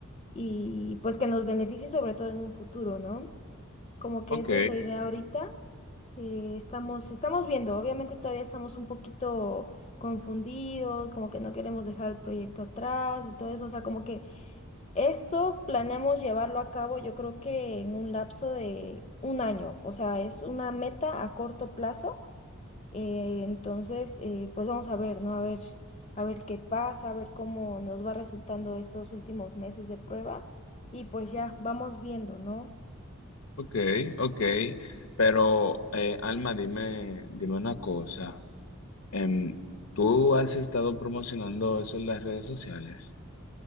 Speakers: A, on the left; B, on the left.
A: y pues que nos beneficie sobre todo en un futuro, ¿no? Como que
B: Ok,
A: esa es la idea ahorita. Eh, estamos, estamos viendo, obviamente todavía estamos un poquito confundidos, como que no queremos dejar el proyecto atrás y todo eso, o sea, como que esto planeamos llevarlo a cabo, yo creo que en un lapso de un año, o sea, es una meta a corto plazo. eh, entonces, eh, pues vamos a ver, ¿no? A ver, a ver qué pasa, a ver cómo nos va resultando estos últimos meses de prueba y pues ya vamos viendo, ¿no?
B: ok, ok. Pero, eh, Alma, dime, dime una cosa. Em, ¿tú has estado promocionando eso en las redes sociales?